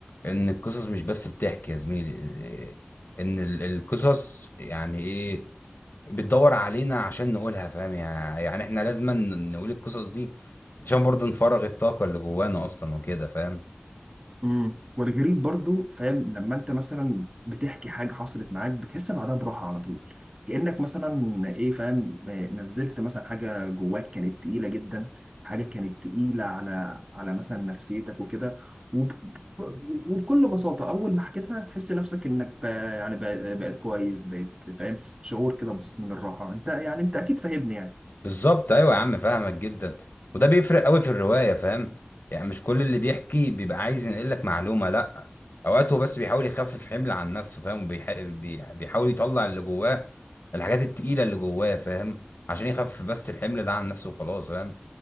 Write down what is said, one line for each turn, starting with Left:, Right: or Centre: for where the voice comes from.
Left: ان القصص مش بس بتحكي يا زميلي إيه، ان ال- القصص يعني ايه بتدور علينا عشان نقولها فاهم يعني يعني احنا لازم نقول القصص دي عشان برضه نفرغ الطاقة اللي جوانا اصلا وكده فاهم
Right: امم والغريب برضو فاهم لما انت مثلا بتحكي حاجه حصلت معاك بتحس بعدها براحه على طول كانك مثلا ايه فاهم آه، نزلت مثلا حاجه جواك كانت تقيله جدا حاجه كانت تقيله على على مثلا نفسيتك وكده وب... وبكل بساطه اول ما حكيتها تحس نفسك انك ب... يعني ب... بقيت كويس بقيت فاهم شعور كده بسيط من الراحه انت يعني انت اكيد فاهمني
Left: بالظبط ايوه يا عم فاهمك جدا وده بيفرق قوي في الروايه فاهم يعني مش كل اللي بيحكي بيبقى عايز ينقل لك معلومه لا اوقات هو بس بيحاول يخفف حمل عن نفسه فاهم وبيح... بي- بيحاول يطلع اللي جواه الحاجات التقيله اللي جواه فاهم عشان يخفف بس الحمل ده عن نفسه وخلاص فاهم